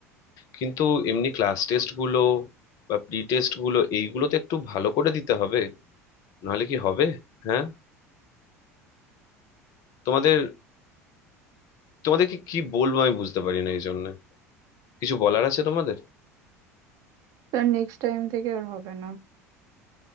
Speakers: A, on the left (about 45°); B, on the right (about 50°).
A: কিন্তু এমনি ক্লাস টেস্ট গুলো বা প্রি টেস্ট গুলো এইগুলো তো একটু ভালো করে দিতে হবে নাহলে কি হবে হ্যাঁ তোমাদের তোমাদেরকে কি বলবো আমি বুঝতে পারি না এই জন্য কিছু বলার আছে তোমাদের
B: স্যার নেক্সট টাইম থেকে আর হবে না